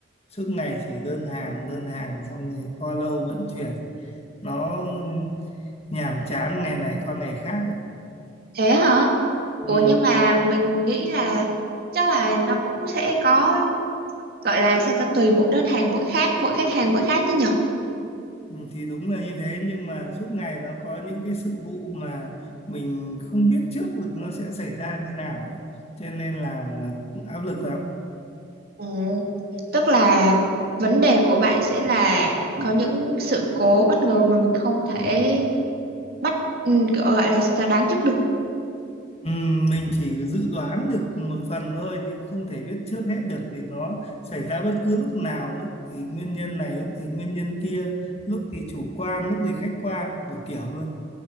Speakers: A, on the left (about 30°); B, on the right (about 50°).
A: Suốt ngày chỉ đơn hàng, đơn hàng xong rồi follow vận chuyển. Nó nhàm chán ngày này qua ngày khác
B: thế hả ủa
A: ấy.
B: nhưng mà mình nghĩ là chắc là nó cũng sẽ có gọi là sao ta tùy mỗi đơn hàng mỗi khác mỗi khách hàng mỗi khác chứ nhở
A: Ừ, thì đúng là như thế nhưng mà suốt ngày nó có những cái sự vụ mà mình không biết trước được nó sẽ xảy ra như nào ấy cho nên làm là áp lực lắm
B: ừ. tức là vấn đề của bạn sẽ là có những sự cố bất ngờ mà mình không thể bắt ừ, kiểu gọi là sao ta đoán trước được
A: ừ, mình chỉ dự đoán được một phần thôi chứ không thể biết trước hết được vì nó xảy ra bất cứ lúc nào lúc thì nguyên nhân này lúc thì nguyên nhân kia lúc thì chủ quan lúc thì khách quan đủ kiểu luôn